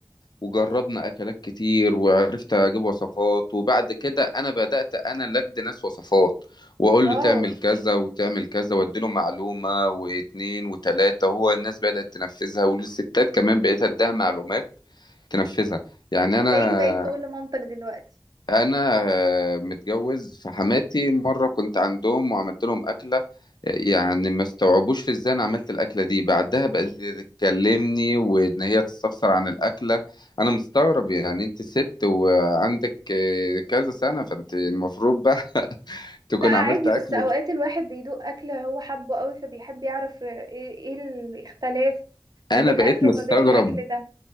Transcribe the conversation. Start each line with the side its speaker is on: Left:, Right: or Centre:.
Left: وجربنا اكلات كتير وعرفت اجيب وصفات وبعد كده انا بدات انا اللي ادي ناس وصفات واقول
Right: واو
Left: له تعمل كذا وتعمل كذا واديله معلومه واتنين وتلاته هو الناس بدات تنفذها والستات كمان بقيت اديها معلومات تنفذها يعني
Right: هتلاقيك
Left: انا
Right: بقيت تقول لمامتك دلوقتي
Left: انا آه، متجوز فحماتي مره كنت عندهم وعملت لهم اكله يعني ما استوعبوش في ازاي انا عملت الاكله دي بعدها بقت تكلمني وان هي تستفسر عن الاكله انا مستغرب يعني انت ست وعندك آه، كذا سنه فانت المفروض بقى <laughs> تكون
Right: لا عادي
Left: عملت اكلك
Right: بس اوقات الواحد بيدوق اكل هو حبه قوي فبيحب يعرف ايه إيه الاختلاف
Left: انا
Right: ما بين
Left: بقيت
Right: اكله
Left: مستغرب
Right: وما بين الاكل ده